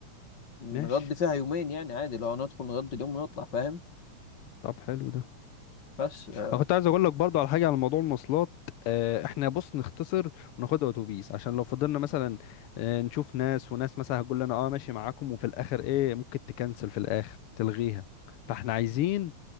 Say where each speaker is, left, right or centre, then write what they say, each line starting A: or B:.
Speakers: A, on the left; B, on the left.
A: نقضي
B: ماشي
A: فيها يومين يعني عادي لو ندخل نقضي اليوم ونطلع فاهم
B: طب حلو ده
A: بس آه،
B: انا كنت عايز اقول لك برضو على حاجه على موضوع المواصلات آه، احنا بص نختصر وناخدها اتوبيس عشان لو فضلنا مثلا آه، نشوف ناس وناس مثلا هتقول لنا اه ماشي معاكم وفي الاخر ايه ممكن تكنسل في الاخر تلغيها فاحنا عايزين